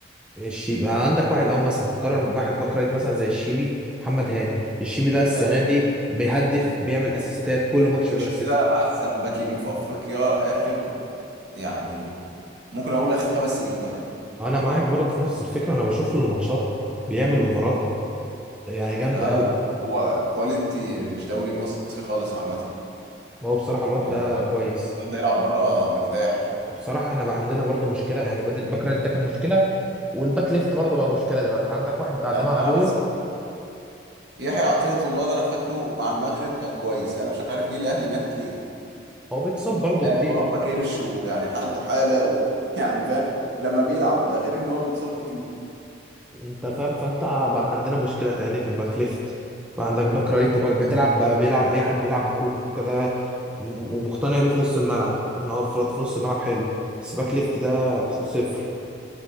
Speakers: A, in the centre; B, on the right (about 60°).
A: مش يبقى عندك واحد اهو مثلا تقارن بواحد باك رايت مثلا زي الشيبي محمد هاني الشيبي ده السنه
B: ده
A: دي بيهدف بيعمل اسيستات كل ماتش بيعمل
B: مش
A: اسيست
B: كده احسن باك يمين في افريقيا اخر يعني ممكن اقول اخر خمس سنين كمان
A: انا معاك برضه في نفس الفكره انا بشوف له الماتشات بيعمل اوفرات يعني جامده
B: لا
A: قوي
B: لا هو كواليتي مش دوري مصري خالص عامه
A: هو بصراحه الواد
B: يعني
A: ده
B: الواد
A: كويس
B: الواد ده يلعب بره مرتاح يعني
A: وبصراحة احنا بقى عندنا برضو مشكلة يعني بدل الباك رايت ده كان مشكلة والباك ليفت برضو بقى مشكلة دلوقتي عندك واحد بعد
B: انا
A: ما علول
B: انا بس يحيى عطية الله ده انا فاكره مع المغرب كان كويس انا مش عارف جه الاهلي مات ليه
A: هو بيتصاب برضو
B: آه،
A: كتير
B: ترامبا كرش ويعني حالته حاله و... <laughs> يعني فاهم لما بيلعب ده غير ان هو بيتصاب كتير
A: انت فاهم فانت بقى عندنا مشكلة تاني في الباك ليفت بقى عندك باك رايت وباك بتلعب بقى بيلعب اي حد بيلعب بكوكا كده م- ومقتنع بيه في نص الملعب يعني هو افراد في نص الملعب حلو بس باك ليفت ده صفر